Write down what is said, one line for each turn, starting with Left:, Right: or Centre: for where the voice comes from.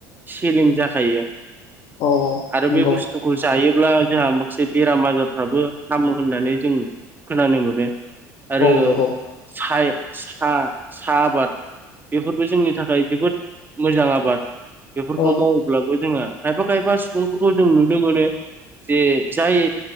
Right: सेलिं जाखायो।
Left: औ
Right: आरो
Left: नंगौ
Right: बे बुस्थु खौ जायोब्ला जोंहा माखासे बेराम आजारफ्राबो हामो होननानै जों खोनानो मोनो। आरो
Left: औ नंगौ
Right: सा आबाद बेफोरबायदि जोंनि थाखाय जोबोद मोजां आबाद बेफोरखौ
Left: औ
Right: माव अब्लाबो जोंहा खायफा खायफा सुबुंफोरखौ जों नुनो मोनो जे जाय